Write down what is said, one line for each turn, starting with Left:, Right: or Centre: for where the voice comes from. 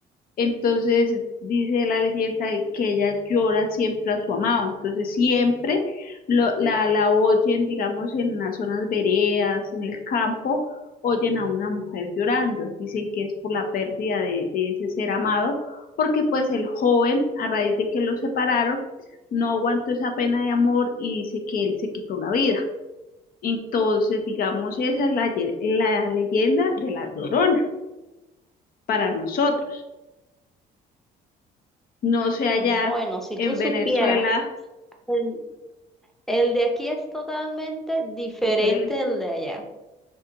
Left: entonces dice la leyenda que ella llora siempre a su amado, entonces siempre lo- la, la oyen, digamos, en las zonas veredas, en el campo, oyen a una mujer llorando, dicen que es por la pérdida de, de ese ser amado, porque pues el joven, a raíz de que lo separaron, no aguantó esa pena de amor y dice que él se quitó la vida. Entonces, digamos, esa es la, ye- la leyenda de la Llorona para nosotros. No sé allá
Centre: Bueno, si
Left: en
Centre: tú supieras,
Left: Venezuela,
Centre: el, el de aquí es totalmente diferente
Left: diferente.
Centre: del de allá.